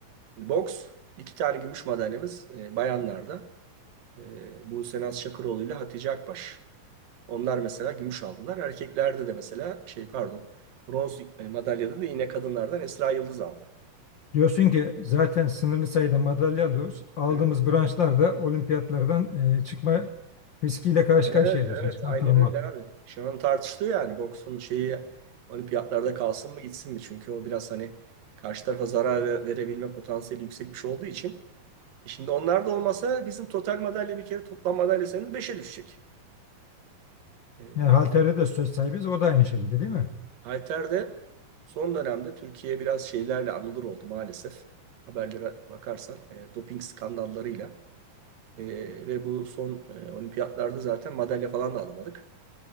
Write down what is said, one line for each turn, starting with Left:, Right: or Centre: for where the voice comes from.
Right: Şimdi boks iki tane gümüş madalyamız e, bayanlarda. E, Buse Naz Şakıroğlu ile Hatice Akbaş. Onlar mesela gümüş aldılar. Erkeklerde de mesela şey pardon bronz e, madalyada da yine kadınlardan Esra Yıldız aldı.
Left: Diyorsun ki zaten sınırlı sayıda madalya alıyoruz. Aldığımız
Right: Evet.
Left: branşlarda olimpiyatlardan e, çıkma riskiyle karşı
Right: Evet,
Left: karşıya
Right: evet
Left: diyorsun. Çıkartılmak.
Right: aynen öyle abi. Şu an tartışılıyor yani boksun şeyi olimpiyatlarda kalsın mı gitsin mi? Çünkü o biraz hani karşı tarafa zarar ve- verebilme potansiyeli yüksek bir şey olduğu için. E Şimdi onlar da olmasa bizim total madalya bir kere toplam madalya sayımız 5'e düşecek. E,
Left: Yani halterde de söz sahibiz. O da aynı şekilde değil mi?
Right: Halter'de son dönemde Türkiye biraz şeylerle anılır oldu maalesef. Haberlere bakarsan e, doping skandallarıyla E, ve bu son e, olimpiyatlarda zaten madalya falan da alamadık.